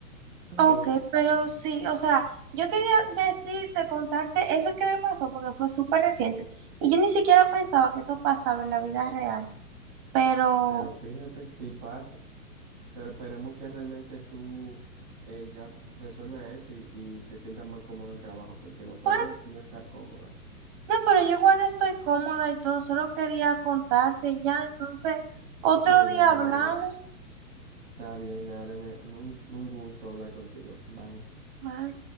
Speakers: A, on the right; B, on the right.
A: Pero
B: ok, pero sí, o sea, yo quería decirte, contarte eso que me pasó, porque fue súper reciente. Y yo ni siquiera pensaba que eso pasaba en la vida real. Pero,
A: Pero fíjate si pasa. Pero esperemos que realmente tú eh, ya resuelvas eso y, y te sientas más cómodo en el trabajo, porque lo peor
B: pues,
A: es no estar cómoda.
B: no, pero yo igual estoy cómoda y todo, solo quería contarte ya, entonces, otro
A: Qué bien,
B: día
A: me
B: hablamos.
A: alegro. Está bien, dale, me- un un gusto hablar contigo. Bye.
B: Bye.